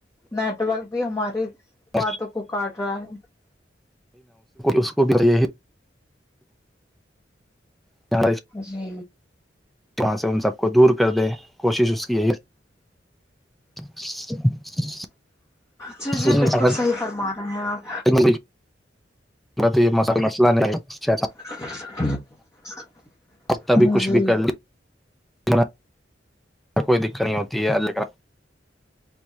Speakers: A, on the left; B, in the centre.
A: نیٹورک بھی ہمارے
B: <inaudible>
A: باتوں کو کاٹ رہا ہے
B: اس کو بھی یہی <inaudible>
A: جی
B: وہاں سے ان سب کو دور کر دیں کوشش اس کی یہی <inaudible>
A: جی
B: یہی
A: جی بالکل
B: اگر
A: صحیح فرما رہے ہیں آپ
B: <inaudible>
A: <inaudible>
B: <inaudible>
A: جی